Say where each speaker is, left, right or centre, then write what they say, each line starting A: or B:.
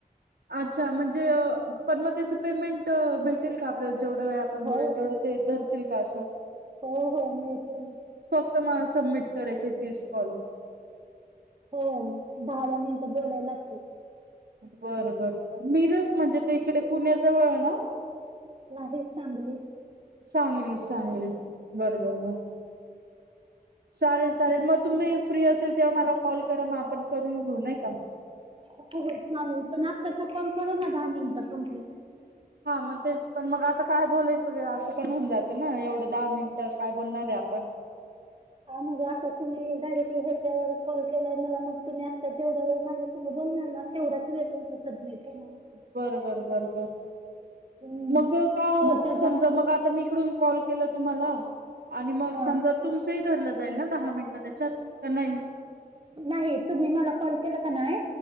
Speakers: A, on the right; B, on the right.
A: अच्छा म्हणजे पण मग त्याच पेमेंट भेटेल का आपल्या जेवढा वेळ आपण बोलल
B: हो
A: तेवढं ते धरतील का असं.
B: हो हो मते ना.
A: फक्त म सबमिट करेचे तीस कॉल.
B: हो दहा दहा मिनिटं बोलायला लागतय.
A: बर बर बर मिरज म्हणजे ते इकडे पुण्याजवळ ना.
B: नाहीच चांगली.
A: चांगली चांगली बर बर बर. चालेल चालेल मग तुम्ही फ्री असेल तेव्हा मला कॉल करा मग आपण करून घेऊ नाही का
B: हो चालेल पण आत्ताचा कॉल कररा ना दहा मिनिट कमप्लीट.
A: हा मग तेच पण मग आता काय बोलायचं असं पण होऊन जातं ना एवढं दहा मिनिटं काय बोलणारे आप
B: हा मग आता तुम्ही डायरेक्टली ह्याच्यावर कॉल केलाय मला मग तुम्ही आता जवढ वेळ माझ्या स बोल तेवढाच आहे तुम समि. होणार
A: बर बर बरबर.
B: हम्म.
A: मग का
B: मग त्याचा
A: समजा मग आता मी इकडून कॉल केला तुम्हाला. आणि मग
B: हा
A: समजा तुमचंही धरलं जाईल ना दहा मिनिटं त्याच्यात का नाही.
B: नाही तुम्ही मला कॉल केला का नाही